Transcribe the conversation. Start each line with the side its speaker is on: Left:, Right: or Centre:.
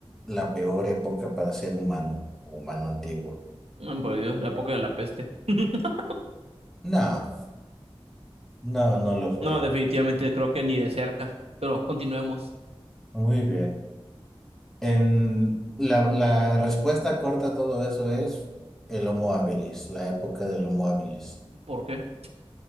Centre: la peor época para ser humano, humano antiguo?
Right: Ah, Por Dios, la época de la peste. <laughs>
Centre: No, no, no lo fue.
Right: No, definitivamente creo que ni de cerca. Pero continuemos.
Centre: Muy bien. En la, la respuesta corta a todo eso es el Homo habilis, la época del Homo habilis.
Right: ¿Por qué?